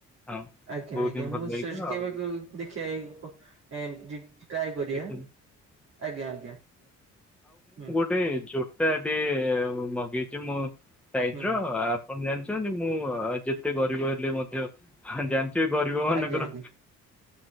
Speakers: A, in the centre; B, on the right.
A: ହଁ
B: ଆଜ୍ଞା
A: ବହୁତ
B: ଆଜ୍ଞା
A: ହିଁ
B: ମୁଁ
A: ଭଲ ଲାଗିବ
B: ସେ କେବେ
A: ଆଉ
B: ଦେଖିବା ଏଇ ଲୋକ ଏମିତି ଟ୍ରାଏ କରିବା
A: କିଛି
B: ଆଜ୍ଞା ଆଜ୍ଞା ହଁ।
A: ଭାଇ ଜୋତାଟେ ମଗେଇଛି ମୋ ସାଇଜ
B: ହୁଁ।
A: ର ଆ କଣ ଜାଣିଛନ୍ତି ମୁଁ ଯେତେ ଗରିବ ହେଲେ ମଧ୍ୟ ଜା- ସେ ଗରିବ ମାନଙ୍କର
B: ଆଜ୍ଞା ଆଜ୍ଞା